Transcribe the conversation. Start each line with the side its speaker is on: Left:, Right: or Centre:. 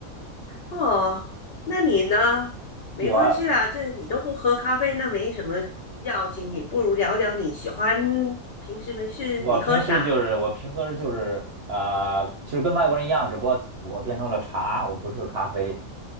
Left: 哦，那你呢？没关系啦，
Right: 我
Left: 这你都不喝咖啡，那没什么要紧。你不如聊聊你喜欢平时没事你喝啥？
Right: 我平时就是我平喝时就是呃，其实跟外国人一样，只不过我变成了茶，我不是咖啡，